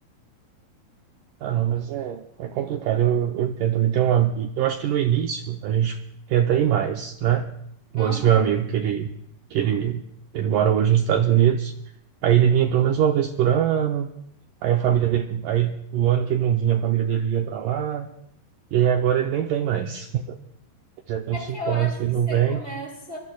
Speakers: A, on the right; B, on the right.
A: Ah, não, mas é, é complicado. Eu, eu entendo também. Tem uma, eu acho que no início a gente tenta ir mais, né? Igual
B: Aham.
A: esse meu amigo que ele, que ele, ele mora hoje nos Estados Unidos. Aí ele vinha pelo menos uma vez por ano. Aí a família dele, aí o ano que ele não vinha, a família dele ia para lá. E aí agora ele nem vem mais. <laughs> Já tem uns
B: É porque
A: cinco
B: eu acho
A: anos que ele
B: que
A: não
B: você
A: vem.
B: começa